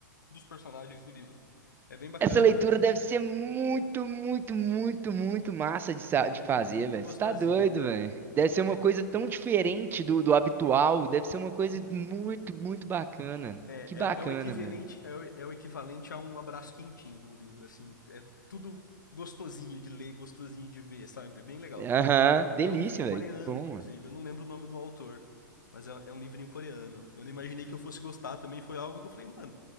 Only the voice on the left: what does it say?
dos personagens do livro. É bem bacana,
é
muito
gostosinha,
cara.
É,
sim,
É,
é,
é o equivalente
é o, é o equivalente a um abraço quentinho o livro, assim. É tudo gostosinho de ler, gostosinho de ver, sabe? É bem legal.
É um livrinho coreano,
inclusive.
Eu não lembro o nome do autor, mas é, é um livrinho coreano. Eu não imaginei que eu fosse gostar também. Foi algo que eu falei, mano,